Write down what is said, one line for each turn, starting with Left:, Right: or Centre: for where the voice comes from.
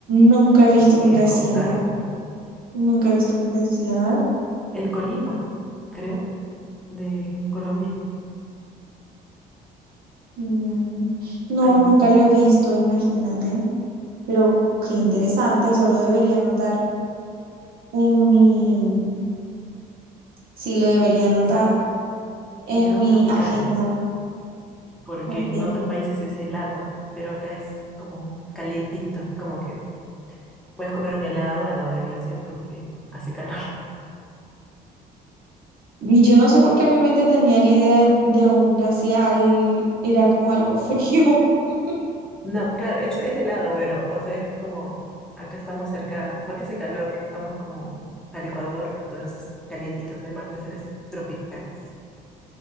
Right: Nunca he visto
Centre: tengo
Right: un
Centre: que ir
Right: glaciar,
Centre: con carpa.
Right: nunca he visto un glaciar.
Centre: El Colima, creo, de Colombia,
Right: Mm, no,
Centre: hay
Right: nunca
Centre: unos,
Right: lo he visto, imagínate. Pero qué interesante, eso lo debería anotar en mi, sí, lo debería anotar
Centre: y son,
Right: en
Centre: y son
Right: mi
Centre: tropicales,
Right: agenda.
Centre: porque
Right: Ok.
Centre: en otros países es helado, pero acá es como calientito, como que puedes comer un helado al lado del glaciar porque hace calor.
Right: Y yo no sé por qué en mi mente tenía la idea de, de un glacial, era como algo frío. <laughs>
Centre: No, claro, es, es helado, pero, o sea, es como, acá estamos cerca, porque hace calor, estamos como al Ecuador, entonces calientitos, además glaciares tropicales.